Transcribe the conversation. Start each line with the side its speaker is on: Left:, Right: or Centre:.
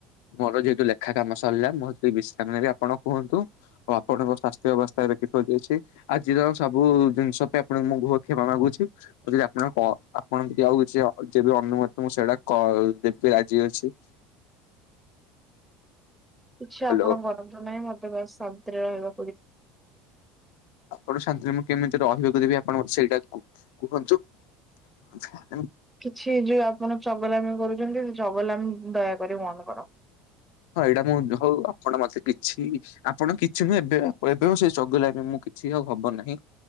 Left: ମୋର ଯେହେତୁ ଲେଖା କାମ ସରିଲା ମୁଁ ଟିକେ ବିଶ୍ରାମ ନେବି। ଆପଣ କୁହନ୍ତୁ ଆପଣଙ୍କ ସ୍ୱାସ୍ଥ୍ୟ ଅବସ୍ଥାରେ ବିପତି ଅଛି। ଆଜିର ସବୁ ଜିନିଷ ପାଇଁ ଆପଣଙ୍କୁ ମୁଁ ବହୁତ କ୍ଷମା ମାଗୁଚି। ଆଉ ଯଦି ଆପଣଙ୍କ କଣ ଆପଣ ଟିକେ ଆଉ କିଛି, ଯେବେ ଅନୁମତ ମୁଁ ସେଇଟା କ ଦେବି ଆଜି ଅଛି।
Centre: କିଛି
Left: ହ୍ୟାଲୋ
Centre: ଆପଣ କରନ୍ତୁ ନାହିଁ। ମତେ ବାସ୍ ଶାନ୍ତିରେ ରହିବା
Left: ଆପଣ ଶାନ୍ତିରେ ମୁଁ କେମିତି ଟ ରହିବାକୁ ଦେବି ଆପଣ ସେଇଟା କୁ-କୁହନ୍ତୁ। ଝା
Centre: କିଛି ଯୋଉ ଆପଣ ଚଗଲାମୀ କରୁଛନ୍ତି। ସେ ଚଗଲାମୀ ଦୟାକରି ବନ୍ଦ କର।
Left: ହଁ ଏଇଟା ମୁଁ ହଉ ଆପଣ ମତେ କିଛି! ଆପଣ କିଛି ମୁଁ ଏବେ ଏବେ ସେ ଚଗଲାମୀ ମୁଁ କିଛି ଆଉ ହବ ନାହିଁ।